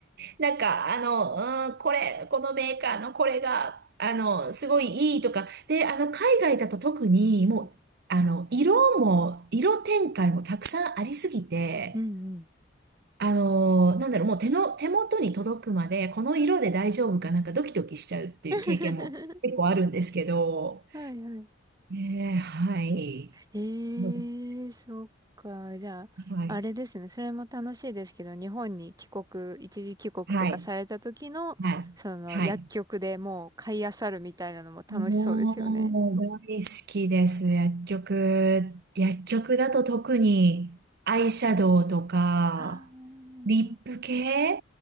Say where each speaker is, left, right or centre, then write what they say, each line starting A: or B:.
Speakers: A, on the right; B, on the right.
A: なんか、あの、うん、これ、このメーカーのこれが、あの、すごいいいとか、で、あの、海外だと特にもう、
B: うん、
A: あの、色も、色展開もたくさんありすぎて、
B: <laughs> うんうん。
A: あのーなんだろう、もう手の、手元に届くまで、この色で大丈夫かなんかドキドキしちゃうっていう経験も結構あるんですけど、
B: <laughs> はいはい。
A: ねえー、はい。
B: ええそっか。
A: そうです
B: じゃあ、
A: ね。はい。
B: あれですね。それも楽しいですけど、日本に帰国、一時帰国とかされた時の、
A: はい。はい。
B: その薬局でもう買い漁るみたいなのも楽しそうですよね。
A: はい。もう、大好きです。薬局。薬局だと特に、アイシャドウとか、
B: あー
A: リップ系